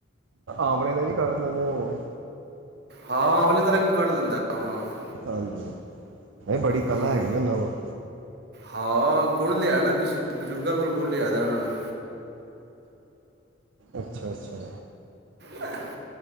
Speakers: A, on the right (about 85°); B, on the right (about 60°).
A: ਆਮਲੇ ਦਾ ਜੀ ਕੱਢ ਲੈਂਦੇ ਹੋਣਗੇ।
B: ਹਾਂ ਆਮਲੇ ਵੀ ਕੱਢ ਲੈਂਦਾ ਉਹ ਹਾਂ।
A: ਹਾਂਜੀ, ਇਹ ਬੜੀ ਕਲਾ
B: ਹੂੰ।
A: ਹੈਗੀ ਉਨਾ ਕੋਲ
B: ਹਾਂ ਗੁਣ ਲਿਆ ਨਾ ਕਿਸੇ ਬਜ਼ੁਰਗਾਂ ਕੋਲ ਗੁਣ ਲਿਆ ਦਾ ਉਹਨਾਂ ਨੇ,
A: ਅੱਛਾ-ਅੱਛਾ,
B: ਹਾਂ,